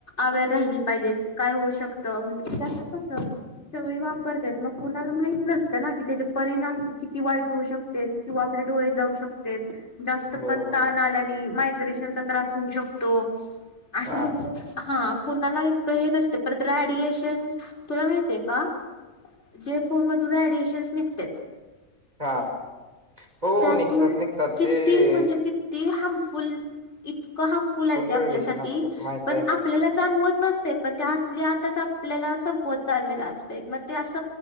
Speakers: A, on the left; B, on the right.
A: अवेर राहिली पाहिजेत. की काय होऊ शकतं. म्हणजे कस सगळी वापरत्यात. मग कुणाला माहित नसतं ना की त्याच परिणाम किती वाईट होऊ शकते. किंवा आपले डोळे जाऊ शकतेत. जास्त
B: बरोबर
A: पण ताण आल्याने मायग्रेशनचा त्रास होऊ शकतो. तो असं
B: हा
A: म्हणजे हा कुणाला इतकं हे नसते. परत ऍडिएशन तुला माहितय का? जे फोन मधून एडिएशन्स निघत्यात
B: हा हो
A: त्यातून
B: निघतात निघतात
A: किती
B: ते
A: म्हणजे कि ते हार्मफुल इतकं हार्मफुल आहे ते आपल्यासाठी.
B: रेडिएशन असतात माहित
A: पण
B: आहे.
A: आप आपल्याला जाणवत नसतय. पण आतल्या आताच आपल्याला संपवत चाललेलं असतय. मग ते अस